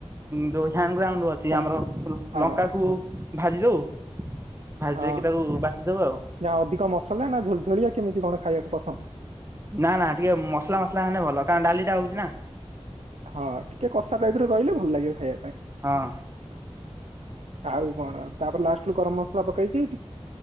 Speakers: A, on the right; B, on the right.
A: ଯୋଉ ହାଗ୍ରାଉଣ୍ଡ ଅଛି ସିଏ
B: ତମ
A: ଆମର
B: ହଁ
A: ଲଙ୍କାକୁ ଭାଜି ଦେଉ, ଭାଜି
B: ହଁ
A: ଦେଇକି
B: ହଁ
A: ତାକୁ ବାଟି ଦେଉ ଆଉ।
B: ନା ଅଧିକ ମସଲା ନା ଝଲଝଳିଆ କେମିତି କଣ ଖାଇବାକୁ ପସନ୍ଦ?
A: ନା ନା, ଟିକେ ମସଲା ମସଲା ହେଲେ ଭଲ କାରଣ ଡାଲି ଟା ହଉଛି ନା।
B: ହଁ, ଟିକେ କଷା ଟାଇପ ରହିଲେ ଭଲ ଲାଗିବ ଖାଇବା ପାଇଁ।
A: ହଁ।
B: ଆଉ କଣ? ତାପରେ ଲାଷ୍ଟରୁୁ ଗରମ ମସଲା ପକେଇକି